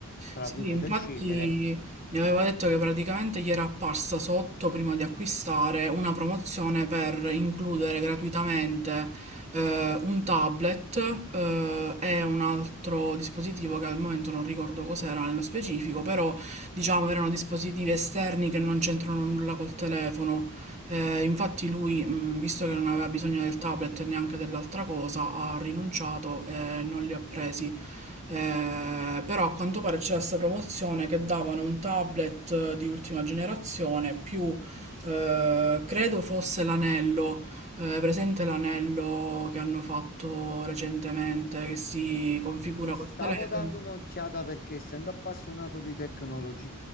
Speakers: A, on the left; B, on the right.
A: tra
B: Sì,
A: cui poter
B: infatti
A: scegliere.
B: mi aveva detto che praticamente gli era apparsa sotto prima di acquistare una promozione per includere gratuitamente eh, un tablet eh, e un altro dispositivo che al momento non ricordo cos'era nello specifico, però diciamo erano dispositivi esterni che non c'entrano nulla col telefono. Eh, infatti lui, mh, visto che non aveva bisogno del tablet e neanche dell'altra cosa, ha rinunciato e non li ha presi. Eh, però a quanto pare c'era questa promozione che davano un tablet eh, di ultima generazione più eh, credo fosse l'anello, eh, presente l'anello che hanno fatto recentemente che si configura
A: Gli
B: col
A: stavo
B: telefono.
A: dando un'occhiata perché essendo appassionato di tecnologia,